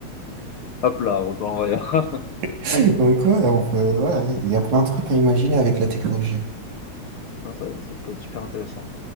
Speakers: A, on the left (about 65°); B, on the right (about 75°).
A: Hop là, retour en arrière.
B: <laughs> Donc ouais, on peut, ouais, il y a plein de trucs à imaginer avec la technologie.
A: <laughs> ça, ça peut être super intéressant.